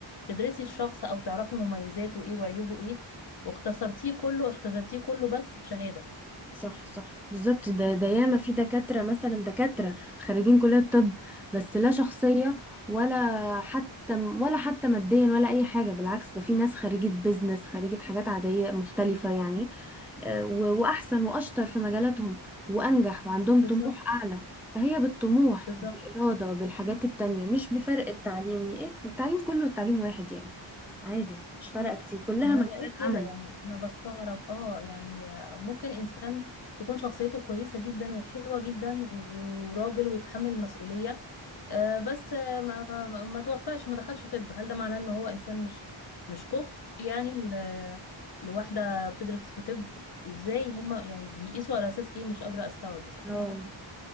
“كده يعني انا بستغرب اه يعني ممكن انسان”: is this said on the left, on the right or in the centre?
Left